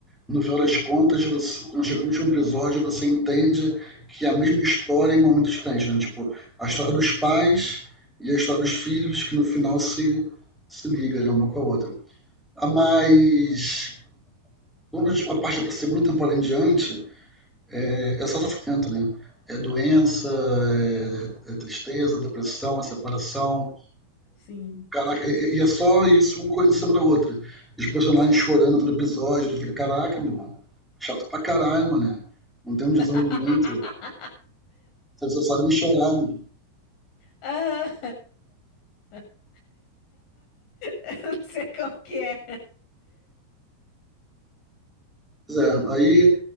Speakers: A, in the centre; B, on the left.
A: No final das contas, você, quando chega no último episódio, você entende que é a mesma história em momentos diferentes, né? Tipo, a história dos pais e a história dos filhos, que no final se, se liga, né? Uma com a outra. Ah, Mas, quando a parte para a segunda temporada em diante, é, é só sofrimento, né? É doença, é, é tristeza, depressão, é separação,
B: sim.
A: Caraca, e e é só isso, uma coisa em cima da outra. Os personagens chorando todo episódio, tu fica, caraca, mano, chato pra caralho, mano. Não tem um desenvolvimento,
B: <laughs>
A: você só sabe chorar, mano.
B: Ah, <laughs> Eu não sei qual que é.
A: Pois é, aí,